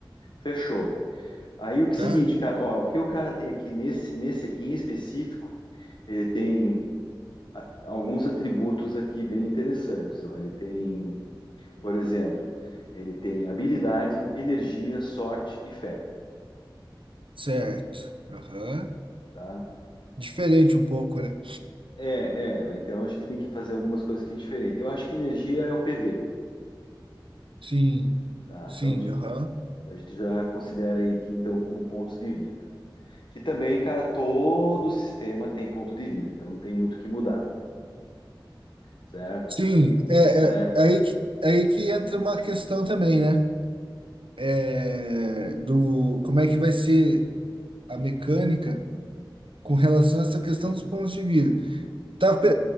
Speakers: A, on the left; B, on the right.
A: Fechou. Aí o que é
B: Tá?
A: o seguinte, cara, ó, o que o cara tem aqui nesse, nesse aqui em específico, ele tem a- alguns atributos aqui bem interessantes. Ó. Ele tem, por exemplo, ele tem habilidade, energia, sorte e fé.
B: Certo. Aham.
A: Tá?
B: Diferente um pouco, né?
A: É, é, então a gente tem que fazer algumas coisas que é diferente. Eu acho que energia é o PV,
B: Sim.
A: tá?
B: Sim,
A: Então a gente,
B: aham.
A: a gente já considera aí que então como pontos de vida. Que também, cara, todo sistema tem ponto de vida, então não tem muito o que mudar, certo?
B: Sim, é,
A: Né?
B: é, é aí que, é aí que entra uma questão também, né? É, do como é que vai ser a mecânica com relação a essa questão dos pontos de vida. Tava, pe-